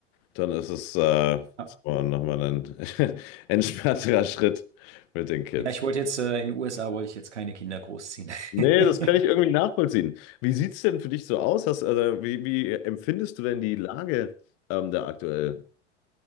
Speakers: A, on the left; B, on the right.
A: Dann ist es äh,
B: Ja,
A: so nochmal ein <laughs> entspannterer Schritt mit den Kids.
B: Ja, ich wollte jetzt, äh, in den USA wollte ich jetzt keine Kinder großziehen.
A: Nee, das
B: <laughs>
A: kann ich irgendwie nachvollziehen. Wie sieht es denn für dich so aus? Hast, also, wie, wie empfindest du denn die Lage ähm, da aktuell?